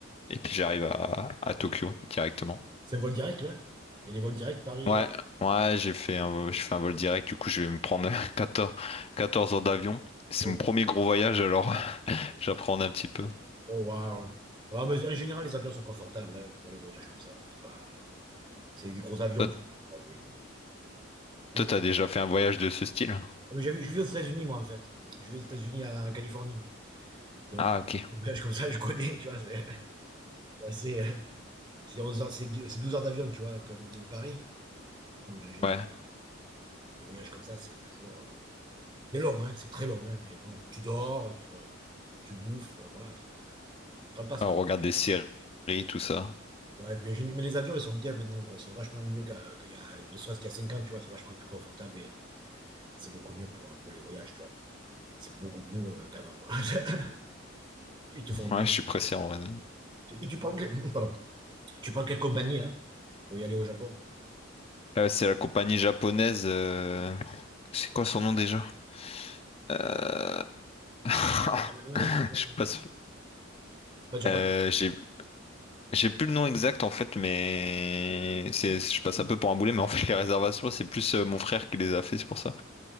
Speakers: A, on the left (about 30°); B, on the right (about 25°).
A: et puis j'arrive à, à Tokyo directement.
B: C'est un vol direct, là? Il y a des vols directs Paris.
A: Ouais,
B: euh,
A: ouais, j'ai fait un, je fais un vol direct, du coup, je vais me prendre <laughs> 14, 14 heures d'avion. C'est
B: Oh,
A: mon premier gros voyage, alors <laughs> j'apprends un petit peu.
B: oh, waouh. Ah, mais en général, les avions sont confortables hein, pour les voyages comme ça. C'est pas... c'est des gros avions.
A: Toi,
B: tu vois, des- des-
A: toi, t'as déjà fait un voyage de ce style?
B: Ah, mais j'avais- je vis aux États-Unis, moi, en fait. Je vis aux États-Unis, à- en Californie. Donc,
A: Ah, ok.
B: <laughs> les voyages comme ça, je connais, tu vois. C'est c'est assez, euh, c'est 11 heures- c'est 10 c'est 12 heures d'avion, tu vois, comme de Paris. Donc, en général,
A: Ouais,
B: les voyages comme ça, c'est toujours. euh, C'est long, hein, c'est très long, hein, mais bon, tu dors, tu, euh, tu bouffes, euh, voilà, c'est- le temps passe,
A: on
B: quoi.
A: regarde des séries, tout ça.
B: Ouais, puis j'ai- mais les avions, ils sont bien maintenant, quoi. Ils sont vachement mieux qu'à- qu'il y a, ne serait-ce qu'il y a 5 ans, tu vois, ils sont vachement plus confortables et euh, c'est beaucoup mieux pour, euh, pour les voyages, tu vois. C'est beaucoup mieux euh, qu'avant, quoi. <laughs> Ils te font manger.
A: Ouais, je suis pressé en vrai.
B: Et tu prends, que- <laughs> pardon, tu prends quelle compagnie, là, pour y aller au Japon?
A: Euh, c'est la compagnie japonaise. euh, C'est quoi son nom déjà? Euh, <laughs>
B: Japan Airlines, je
A: Je
B: sais pas, un
A: passe.
B: comme ça. C'est pas Japan.
A: Euh, j'ai J'ai plus le nom exact en fait, mais c'est, je passe un peu pour un boulet, mais en fait les réservations c'est plus euh, mon frère qui les a fait, c'est pour ça.